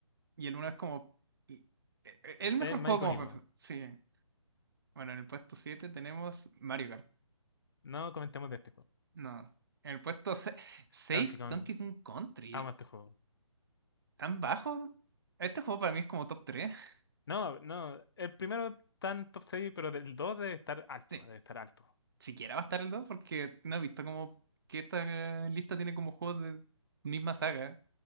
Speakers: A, on the right (about 40°); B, on the left (about 45°).
A: Y el uno es como. y- e- e- El mejor
B: es el
A: juego
B: más icónico.
A: como. para empezar. Sí. Bueno, en el puesto 7 tenemos Mario Kart.
B: No comentemos de este juego.
A: No. En el puesto 6
B: Donkey Kong,
A: Donkey Kong Country.
B: amo este juego.
A: ¿Tan bajo? Este juego para mí es como top tres <laughs>
B: No, no, el primero está en top 6, pero del 2 debe estar alto,
A: Sí.
B: debe estar alto.
A: siquiera va a estar el 2 porque no he visto como que esta eh, lista tiene como juegos de misma saga.